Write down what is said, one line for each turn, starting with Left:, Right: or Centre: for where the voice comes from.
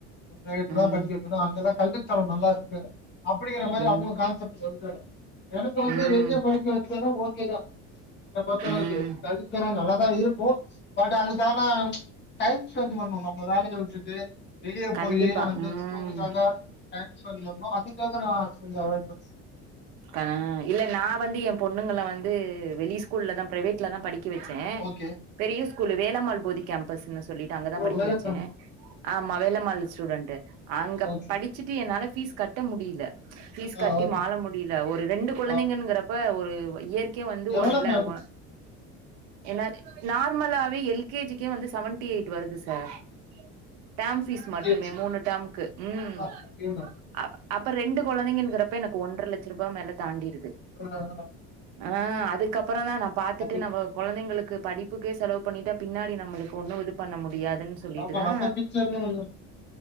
Left: ப்ரைவேட்லா
Right: ம்
Left: படிக்க வெக்குனு அங்க தா கல்வித்தரம் நல்லாருக்கு அப்பிடிங்கிற மாரி
Right: ம்
Left: அவுங்க கான்செப்ட்டு சொல்றாங்க எனக்கு வந்து
Right: ம்
Left: வெளிய படிக்க வச்சாலு ஓ கேதா என்ன பொர்த்த
Right: ம்
Left: <unintelligible> கல்வித்தரோ நல்லாதா இருக்கு பட் அதுக்கான ச்ச டைம் ஸ்பெண் பண்ணு நம்ம வேலய விட்டுட் ட்டு வெளியே
Right: கண்டிப்பா
Left: போயி அந்த
Right: ம்
Left: ஸ்கூலுக்காக டைம் ஸ்பெண் பண்ணு அதுக்காக நா கொஞ்சோ அவாய்ட் பண் <unintelligible>
Right: அ இல்ல நா வந்து எ பொண்ணுங்கள வந் து வெளி ஸ்கூல்ல தா ப்ரேவேட்ல தா படிக் க வச்சே
Left: ஓகே
Right: பெரிய ஸ்கூலு வேலம்மாள் போதி கேம்பஸ்ன்னு சொல்லிட்டு அங்கதா
Left: ஓ
Right: படிக்க
Left: வேலக்காரமா
Right: வெச்சே ஆமா வேலம்மாள் ஸ்டூடண்ட்டு அங்க
Left: ஓகே
Right: படிச்சுட்டு என்னால ஃபீஸ் கட்ட முடியில ஃபீஸ்
Left: ஆ
Right: கட்டி
Left: ஓகே
Right: மால முடில ஒரு ரெண்டு கொழந்தைங்கன்ங்றப்போ
Left: ஆ
Right: அ ஒரு வ இயர் க்கே வந்து
Left: எவ்வளோ
Right: ஒண்ல
Left: மேம்
Right: ஒன் ஏன்னா நார்மலாவே எல்கேஜிக்கே வந்து செவன்டி யேட் வருது சா க டேம் ஃபீஸ்
Left: எல்கேஜி
Right: மட்டுமே மூணு டேம்க்கு ம்
Left: அப்பா அதேதா
Right: அ அப் ப்ப ரெண்டு கொழந்தைகங்கிறப்ப எனக்கு ஒன்ற லட்ச ரூபா மேல தாண்டிரு
Left: <inaudible>
Right: அ அதுக்கப் பறோ தா நா பாத்துட்டு
Left: அது
Right: நம்ம கொழந்தைங்களுக்குப் படிப்புக்கே செலவு பண்ணிட்டா பின்னாடி நம்மளுக்கு ஒன்னு இது பண்ண மு டியாதுன்னு சொல்லிட்டுதா
Left: ஆமா நம்ம பீச்சர்னு ஒண்ணு இருக்கு